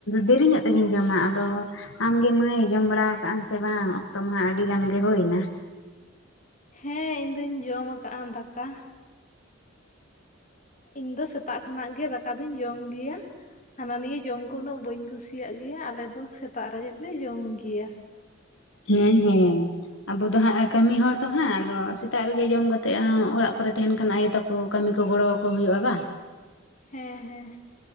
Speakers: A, on the left; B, on the left.
A: ᱫᱮᱨᱤᱧᱚᱜ ᱛᱮᱜᱤᱧ ᱡᱚᱢᱟ ᱟᱫᱚ ᱟᱢᱜᱮ ᱢᱟᱹᱭ ᱡᱚᱢ ᱵᱟᱲᱟ ᱠᱟᱜᱼᱟ ᱟᱢ ᱥᱮ ᱵᱟᱝ ᱚᱠᱛᱚ ᱢᱟ ᱦᱟᱜ ᱟᱹᱰᱤ ᱜᱟᱱ ᱜᱮ ᱦᱩᱭᱱᱟ?
B: ᱦᱮᱸ ᱤᱧᱫᱩᱧ ᱡᱚᱢ ᱟᱠᱟᱜᱼᱟ ᱫᱟᱠᱟ ᱾ ᱤᱧ ᱫᱚ ᱥᱮᱛᱟᱜ ᱠᱷᱚᱱᱟᱜ ᱜᱮ ᱫᱟᱠᱟ ᱫᱩᱧ ᱡᱚᱢ ᱜᱮᱭᱟ ᱾ ᱦᱟᱱᱟ ᱱᱤᱭᱟᱹ ᱡᱚᱢ ᱠᱚ ᱩᱱᱟᱹᱜ ᱵᱟᱹᱧ ᱠᱩᱥᱤᱭᱟᱜ ᱜᱮᱭᱟ, ᱟᱞᱮ ᱫᱚ ᱥᱮᱛᱟᱜ ᱨᱮ ᱜᱮ ᱞᱮ ᱡᱚᱢ ᱜᱮᱭᱟ ᱾
A: ᱦᱮᱸ ᱦᱮᱸ ᱾ ᱟᱵᱚ ᱫᱚ ᱦᱟᱸᱜ ᱠᱟᱹᱢᱤ ᱦᱚᱲ ᱛᱚ ᱦᱟᱸᱜ ᱟᱫᱚ ᱥᱮᱛᱟᱜ ᱨᱮᱜᱮ ᱡᱚᱢ ᱠᱟᱛᱮ ᱟᱸ ᱚᱲᱟᱜ ᱠᱚᱨᱮ ᱛᱟᱦᱮᱱ ᱠᱷᱟᱱ ᱟᱭᱳ ᱛᱟᱠᱚ ᱠᱟᱹᱢᱤ ᱠᱚ ᱜᱚᱲᱚ ᱟᱠᱚ ᱦᱩᱭᱩᱜᱼᱟ ᱵᱟᱝ?
B: ᱦᱮᱸ, ᱦᱮᱸ,